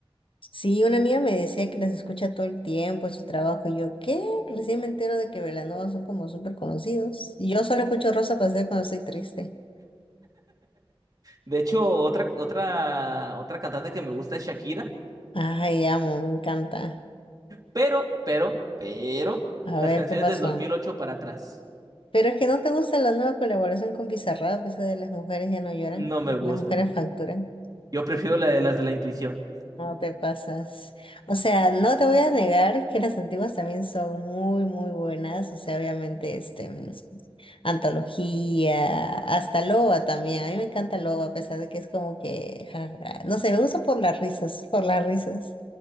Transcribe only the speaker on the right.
De hecho, otra, otra, otra cantante que me gusta es Shakira,
pero, pero, pero,
las
canciones
del 2008 para atrás
no me gustan.
Yo prefiero la de las de la intuición.